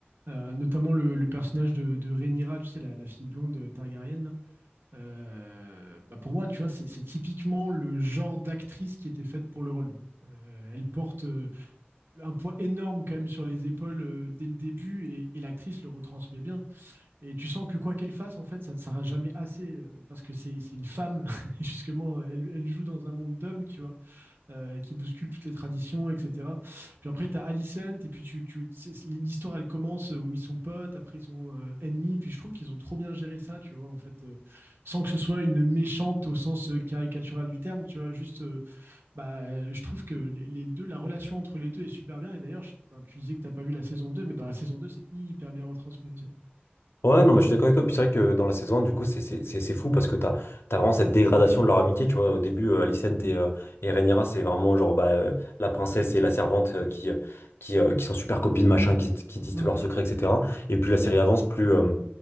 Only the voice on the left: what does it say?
Ouais, non, mais je suis d'accord avec toi. Puis c'est vrai que dans la saison 1, du coup, c'est c'est- c'est- c'est fou parce que t'as, t'as vraiment cette dégradation de leur amitié. Tu vois, au début, euh, Alicent et, euh, et Rhaenyra, c'est vraiment genre bah, euh, la princesse et la servante euh, qui, euh, qui, euh, qui sont super copines, machin, qui, qui disent
tous leurs secrets, etc. Et plus la série avance, plus. euh,